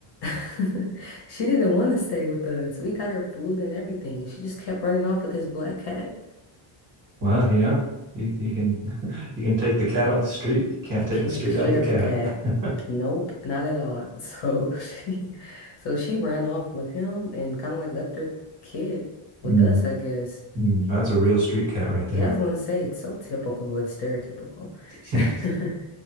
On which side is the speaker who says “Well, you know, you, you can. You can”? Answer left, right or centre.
Right